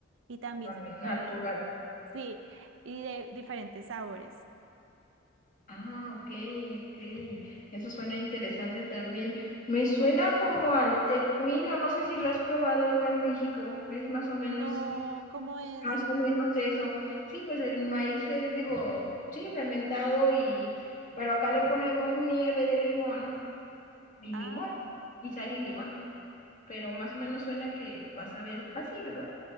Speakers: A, on the right; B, on the left.
A: Y también
B: Ah,
A: se puede,
B: Natural.
A: sí, y de diferentes sabores.
B: Ah, ok, ok. Eso suena interesante también. Me suena como al tejuino, no sé si lo has probado acá en México, es más o menos,
A: No, ¿cómo es?
B: más o menos eso. Sí, pues el maíz, eh, digo, sí, fermentado y, pero acá le ponemos nieve de limón y
A: Ah,
B: limón, y sal y limón, pero más o menos suena que vas a ver así, ¿verdad?